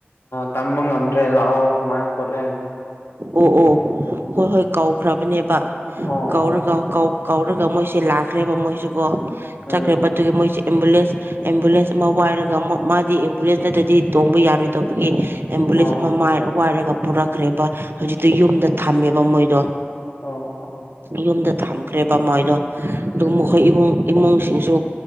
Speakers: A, on the left; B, on the right.
A: ꯇꯝꯕ ꯉꯝꯗ꯭ꯔꯦ ꯂꯥꯛꯑꯣ ꯁꯨꯃꯥꯏꯅ ꯈꯣꯠꯂꯦꯣ
B: ꯑꯣ ꯑꯣ ꯍ ꯍꯣꯏ ꯀꯧꯈ꯭ꯔꯕꯅꯦꯕ
A: ꯑꯣ
B: ꯀꯧꯔꯒ
A: ꯑꯣ
B: ꯀꯧꯔꯒ ꯃꯣꯏꯁꯦ ꯂꯥꯛꯈ꯭ꯔꯦꯕ ꯃꯣꯏꯁꯨ ꯀꯣ
A: ꯎꯝ
B: ꯆꯠꯈ꯭ꯔꯦ ꯑꯗꯨꯒꯤ ꯃꯣꯏꯁꯦ ꯑꯦꯝꯕꯨꯂꯦꯟꯁ ꯑꯦꯝꯕꯨꯂꯦꯟꯁ ꯑꯃ ꯋꯥꯏꯔꯒ ꯃꯥꯗꯤ ꯑꯦꯝꯕꯨꯂꯦꯟꯁꯅꯠꯇꯗꯤ ꯇꯣꯡꯕ ꯌꯥꯔꯣꯏꯗꯧꯕꯒꯤ ꯑꯦꯝꯕꯨꯂꯦꯟꯁ
A: ꯑꯣ
B: ꯑꯃ ꯋꯥꯏꯔꯒ ꯄꯨꯔꯛꯈ꯭ꯔꯦꯕ ꯍꯧꯖꯤꯛꯇꯤ ꯌꯨꯝꯗ ꯊꯝꯃꯦꯕ ꯃꯣꯏꯗꯣ
A: ꯑꯣ ꯑꯣ ꯑꯣ
B: ꯌꯨꯝꯗ ꯊꯝꯈ꯭ꯔꯦꯕ ꯃꯣꯏꯗꯣ ꯑꯗꯨ
A: ꯎꯝ
B: ꯃꯈꯣꯏ ꯏꯃꯨꯡ ꯏꯃꯨꯡꯁꯤꯡꯁꯨ